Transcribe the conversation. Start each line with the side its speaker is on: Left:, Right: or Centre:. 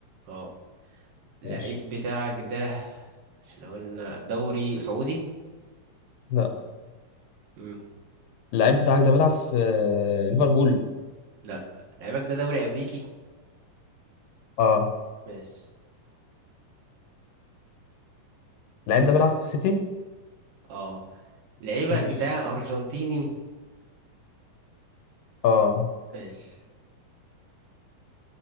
Right: اه اللعيب
Left: ماشي
Right: بتاعك ده احنا قلنا دوري سعودي
Left: لا
Right: مم.
Left: اللعيب بتاعك ده بيلعب في آه، ليفربول
Right: لا لعيبك ده دوري امريكي
Left: اه
Right: ماشي
Left: اللعيب ده بيلعب في سيتي
Right: اه لعيبك
Left: ماشي
Right: ده ارجنتيني
Left: اه
Right: ماشي